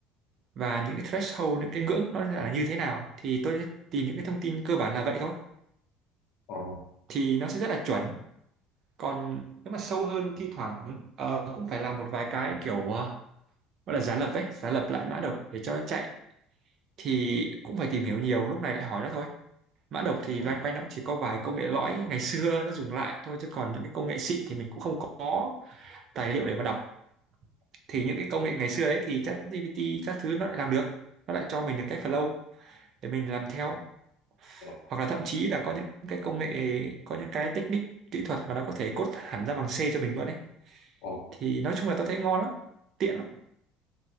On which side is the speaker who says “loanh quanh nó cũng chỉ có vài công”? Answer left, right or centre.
Right